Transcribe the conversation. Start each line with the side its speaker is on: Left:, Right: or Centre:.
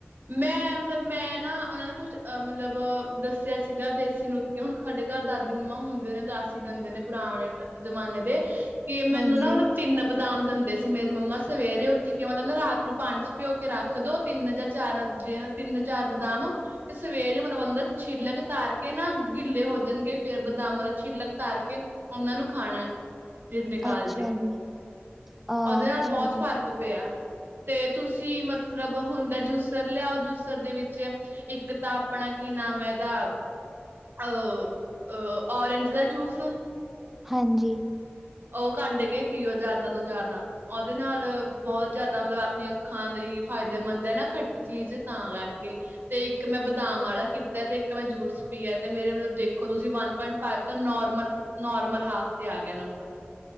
Right: ਮੈਂ ਮਤਲਬ ਮੈਂ ਨਾ ਉਹਨਾਂ ਨੇ ਕੁਛ ਮਤਲਬ ਦੱਸਿਆ ਸੀਗਾ ਦੇਸੀ ਨੁਤ। ਹੁਣ ਸਾਡੇ ਘਰ ਦਾਦੀ ਮੰਮਾ ਹੁੰਦੇ ਨੇ ਦਸ ਹੀ ਦਿੰਦੇ ਨੇ ਪੁਰਾਣੇ ਜ਼ਮਾਨੇ ਦੇ। ਕਿ ਮੈਨੂੰ
Centre: ਹਾਂਜੀ
Right: ਨਾ ਮਤ। ਤਿੰਨ ਬਦਾਮ ਦਿੰਦੇ ਸੀ ਮੇਰੀ ਮੰਮਾ ਸਵੇਰੇ ਉੱਠ ਕੇ ਮਤਲਬ ਨਾ ਰਾਤ ਨੂੰ ਪਾਣੀ 'ਚ ਪਿਓ ਕੇ ਰੱਖ ਦੋ ਤਿੰਨ ਜਾ। ਚਾਰਾ ਜਿਹਾ ਤਿੰਨ- ਚਾਰ ਬਦਾਮ। ਤੇ ਸਵੇਰੇ ਮਤਲਬ ਬੰਦਾ ਛਿੱਲਕ ਤਾਰ ਕੇ ਨਾ ਗਿੱਲੇ ਹੋ ਜਾਣਗੇ ਫਿਰ ਬਦਾਮ ਮਤਲਬ ਛਿੱਲਕ ਤਾਰ ਕੇ ਉਹਨਾਂ ਨੂੰ ਖਾਣਾ ਹੈ ਨਿਰਨਿਕਾਲ
Centre: ਅੱਛਾ
Right: ਕੇ
Centre: ਜੀ ਅ
Right: ਉਹਦੇ
Centre: ਅੱਛਾ
Right: ਨਾਲ ਬਹੁਤ ਫ਼ਰਕ
Centre: ਜੀ
Right: ਫਰਕ ਪਿਆ ਤੇ ਤੁਸੀਂ ਮਤਲਬ ਹੁਣ ਦਾ ਜੂਸ। ਜੂਸਰ ਲਿਆਓ ਜੁਸਰ ਦੇ ਵਿੱਚ ਇੱਕ ਤਾਂ ਆਪਣਾ ਕੀ ਨਾਮ ਹੈ ਇਹਦਾ। ਅਹ ਅ ਔਰੇਂਜ ਦਾ ਜੂਸ।
Centre: ਹਾਂਜੀ।
Right: ਉਹ ਕਢ ਕੇ ਪੀਓ ਜਿਆਦਾ ਤੋਂ ਜਿਆਦਾ। ਉਹਦੇ ਨਾਲ ਬਹੁਤ ਜ਼ਿਆਦਾ ਮਤਲਬ ਆਪਣੀਆਂ ਅੱਖਾਂ ਲਈ ਫਾਇਦੇਮੰਦ ਹੈ ਖੱਟੀ ਚੀਜ਼ ਤਾਂ ਕਰਕੇ। ਤੇ ਇੱਕ ਮੈਂ ਬਦਾਮ ਵਾਲਾ ਕੀਤਾ ਤੇ ਇੱਕ ਮੈਂ ਜੂਸ ਪੀਆ ਤੇ ਮੇਰੇ ਵੱਲ ਦੇਖੋ ਤੁਸੀਂ ਵਨ ਪੁਆਇੰਟ। ਫਾਈਵ ਤੋਂ ਨੋਰਮਲ, ਨੋਰਮਲ ਹਾਫ ਤੇ ਆ ਗਿਆ ਨੰਬਰ।